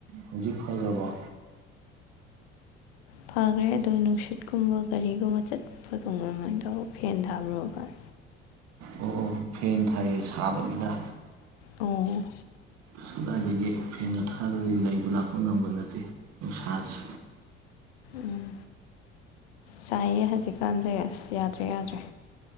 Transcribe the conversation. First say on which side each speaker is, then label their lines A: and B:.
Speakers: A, on the right; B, on the left.
A: ꯍꯧꯖꯤꯛ ꯐꯔꯕ꯭ꯔꯣ
B: ꯐꯈ꯭ꯔꯦ ꯑꯗꯣ ꯅꯨꯡꯁꯤꯠꯀꯨꯝꯕ ꯒꯥꯔꯤꯒꯨꯝꯕ ꯆꯠꯄꯗꯣ ꯉꯝꯃꯣꯏꯗꯕ ꯐꯦꯟ ꯊꯥꯕ꯭ꯔꯣ ꯚꯥꯏ
A: ꯑꯣ ꯑꯣ ꯐꯦꯟ ꯊꯥꯏꯌꯦ ꯁꯥꯕꯅꯤꯅ
B: ꯑꯣ
A: ꯑꯁ ꯀꯗꯥꯏꯗꯒꯤ ꯐꯦꯟꯒ ꯊꯥꯗ꯭ꯔꯗꯤ ꯂꯩꯕ ꯂꯥꯛꯄ ꯉꯝꯕ ꯅꯠꯇꯦ ꯅꯨꯡꯁꯥꯁꯦ
B: ꯎꯝ ꯁꯥꯏꯌꯦ ꯍꯧꯖꯤꯛꯀꯥꯟꯁꯦ ꯑꯁ ꯌꯥꯗ꯭ꯔꯦ ꯌꯥꯗ꯭ꯔꯦ